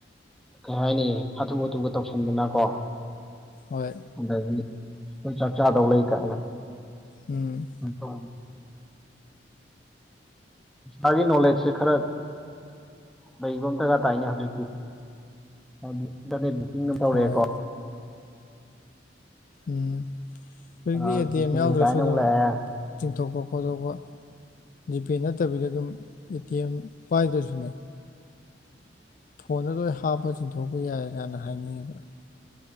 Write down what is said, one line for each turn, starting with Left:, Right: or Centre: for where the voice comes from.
Centre: ꯀꯩ ꯍꯥꯏꯅꯤ ꯍꯥꯊꯨ ꯍꯥꯊꯨꯒ ꯇꯧꯁꯤꯟꯗꯅꯀꯣ
Left: ꯍꯣꯏ
Centre: ꯑꯗꯒꯤ ꯑꯩꯈꯣꯏ ꯆꯥꯛ ꯆꯥꯗꯧ ꯂꯩ ꯀꯥꯏꯅ
Left: ꯎꯝ
Centre: <unintelligible> ꯄꯩꯁꯥꯒꯤ ꯅꯣꯂꯦꯖꯁꯦ ꯈꯔ ꯂꯩꯕ ꯑꯃ ꯗꯔꯀꯥꯔ ꯇꯥꯏꯅꯦ ꯍꯧꯖꯤꯛꯇꯤ ꯍꯥꯏꯕꯗꯤ ꯏꯟꯇꯔꯅꯦꯠ ꯕꯨꯛꯀꯤꯡꯅ ꯇꯧꯔꯛꯑꯦꯀꯣ
Left: ꯍꯣꯏ ꯎꯝ ꯍꯧꯖꯤꯛꯇꯤ
Centre: ꯑꯗꯒꯤ
Left: ꯑꯦ ꯇꯤ
Centre: ꯖꯤꯄꯦ
Left: ꯑꯦꯝ ꯌꯥꯎꯗ꯭ꯔꯁꯨ
Centre: ꯀꯥꯏꯅ
Left: ꯑꯗꯨꯝ
Centre: ꯑꯃꯨꯛ ꯂꯥꯛꯑꯦ
Left: ꯆꯤꯡꯊꯣꯛꯄ ꯈꯣꯠꯇꯣꯛꯄ ꯖꯤꯄꯦ ꯅꯠꯇꯕꯤꯗ ꯑꯗꯨꯝ ꯑꯦ ꯇꯤ ꯑꯦꯝ ꯄꯥꯏꯗ꯭ꯔꯁꯨꯅꯦ ꯐꯣꯟꯗ ꯂꯣꯏ ꯍꯥꯞꯄ ꯆꯤꯡꯊꯣꯛꯄ ꯌꯥꯏ ꯀꯥꯏꯅ ꯍꯥꯏꯅ ꯩꯌꯦꯕ